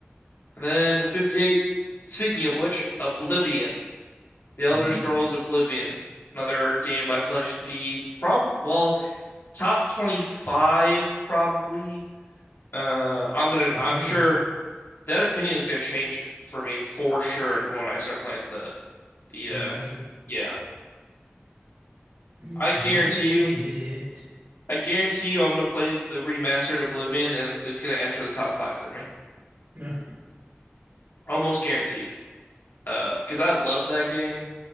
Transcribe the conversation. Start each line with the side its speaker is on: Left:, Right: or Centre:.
Left: and then 58, speaking of which, Oblivion. The Elder
Right: Ooh.
Left: Scrolls Oblivion. Another game I feel like should be probably, well, top 25 probably. Uh, I'm gonna.
Right: No.
Left: I'm sure that opinion is gonna change for me for sure the moment I start playing the the.
Right: Remastered.
Left: Uh, yeah,
Right: Mm,
Left: I guarantee
Right: Never played
Left: you.
Right: it. <laughs>
Left: I guarantee you, I'm gonna play the remastered Oblivion, and it's gonna enter the top five for me.
Right: No.
Left: Almost guaranteed. Uh, because I love that game.